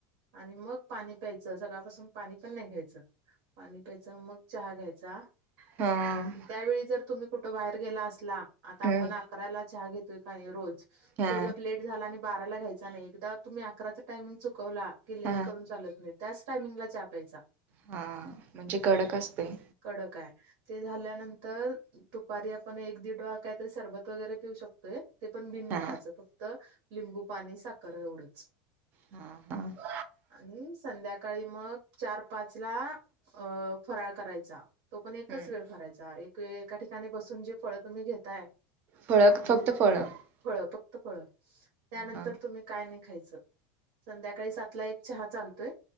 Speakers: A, on the right (about 75°); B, on the right (about 45°).
A: आणि मग पाणी प्यायचं, सकाळपासून पाणी पण नाही घ्यायचं. पाणी प्यायचं अन मग चहा घ्यायचा
B: हा
A: त्यावेळी जर तुम्ही कुठं बाहेर गेला असला, आता आपण
B: हम्म
A: अकराला चहा घेतोय का हे रोज
B: हा
A: तो जर लेट झाला आणि बाराला घ्यायचा नाही, एकदा तुम्ही अकराचा टायमिंग चुकवला की, लेट
B: हा
A: करून चालत नाही, त्याच टायमिंगला चहा प्यायचा.
B: हाआ, म्हणजे कडक असतंय.
A: कडकाय ते झाल्यानंतर, दुपारी आपण एक दीड वा काहीतरी सरबत वगेरे पिऊ शक होय? ते पण बिन
B: हा
A: मिठाचं, फक्त लिंबू पाणी साखर एवढंच.
B: हं हं ब
A: आणि संध्याकाळी मग चार पाच ला अं फराळ करायचा. तो पण एकच
B: हम्म
A: वेळ करायचा, एकवेळ एका ठिकाणी बसून जे फळं तुम्ही घेताय
B: फळ
A: दूध
B: फक्त फळ
A: फळं,
B: हा
A: फळं फक्त फळं त्यानंतर
B: हा
A: तुम्ही काय नायी खायचं, संध्याकाळी सातला एक चहा चालतोय